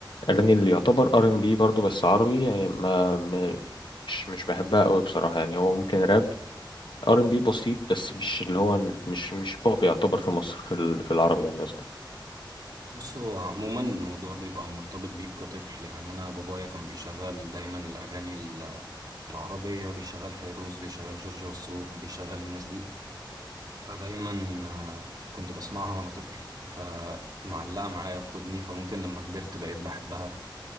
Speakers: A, on the left; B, on the right.
A: أغاني اللي يعتبر ار ان بي برضه بس عربي يعني ما ما- مش مش بحبها أوي بصراحة يعني هو ممكن راب ار ان بي بسيط بس مش اللي هو مش مش بوب يعتبر في مصر في ال- في العربي يعني قصدي
B: بص هو عموما الموضوع بيبقى مرتبط بيك كطفل يعني أنا بابايا كان بيشغل دايما الأغاني ال- العربية بيشغل فيروز بيشغل جورج وسوف بيشغل الناس دي فدايما آه، كنت بسمعها وأنا طفل فمعلقة معايا في ودني فممكن لما كبرت بقيت بحبها